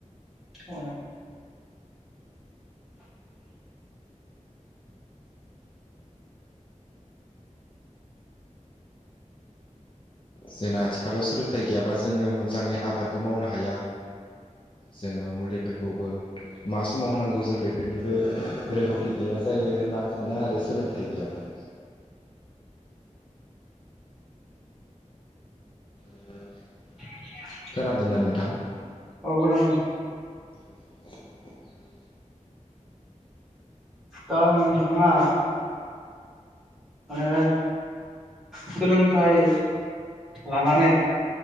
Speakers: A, in the centre; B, on the left.
A: अ।
B: जोंना आथिखालाव सोलोंथाइ गैयाबा जोङो मोजाङै आबादबो मावनो हाया। जोङो मुलिफोरखौबो मा समाव होनांगौ जों बेफोरनिबो रोंगौथि गैया जायो होनना आं सानो आरो सोलोंथाइ गैयाब्ला <inaudible>
A: <inaudible>
B: खोनादोंना नोंथां?
A: औ खोनादों
B: <inaudible>
A: दा नोंथाङा माने सोलोंथाइ लानानै